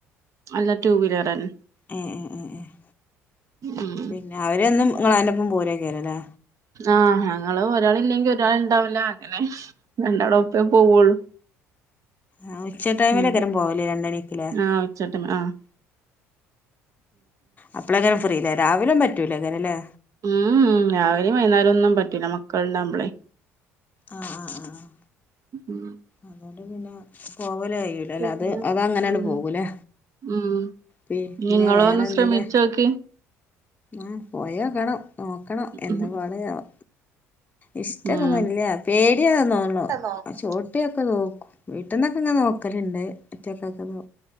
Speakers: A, on the right; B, on the left.
A: അല്ല ടു വീലറന്നെ
B: ഏഹ് ഏഹ് ഏഹ്
A: ഉം
B: പിന്നെ അവരൊന്നും. നിങ്ങള് അയിന്റെ ഒപ്പം പോകല്ലേ.
A: ആഹ് ഞങ്ങള് ഒരാൾ ഇല്ലെങ്കിൽ ഒരാൾ ഇണ്ടാവില്ല അങ്ങനെ. രണ്ടാളും ഒപ്പേ പോവുള്ളൂ.
B: ആഹ് ഉച്ച ടൈമില്
A: ഉം
B: ഇക്കരം പോവൂലെ രണ്ട്. <unintelligible>
A: ആഹ് ഉച്ചടൈം ആഹ്
B: അപ്പോളായിരിക്കില്ല ഫ്രീ രാവിലും പറ്റൂലേ അങ്ങനെയല്ലേ.
A: ഉം രാവിലെയും വൈകുന്നേരം ഒന്നും പറ്റൂല്ല മക്കള ഉണ്ടുമമ്പളെ
B: ആഹ് ആഹ് ആഹ്
A: ഉം
B: അതുകൊണ്ട് പിന്നെ പോവല അയൂലല്ല
A: പിന്നെ
B: അത് അത അങ്ങനാണ്
A: ഉം
B: പോകൂലേ
A: ഉം
B: പിന്നെ
A: നിങ്ങളോ
B: വേറെ
A: ഒന്ന്
B: എന്തൊക്കെ
A: ശ്രമിച്ചോക്കി
B: ആ പോയോക്കണം നോക്കണം എന്താ
A: ഉം
B: പാടയാവാ ഇഷ്ടൊക്ക
A: ഉം
B: ഒന്നുംല്ല പേടിയതാ തോന്നണോ
A: ഉം
B: ചോട്ടിയൊക്കെ നോക്ക വീട്ടന്നൊക്കെ ഇെ നോക്കലുണ്ട് പിറ്റക്കൊക്കെ ന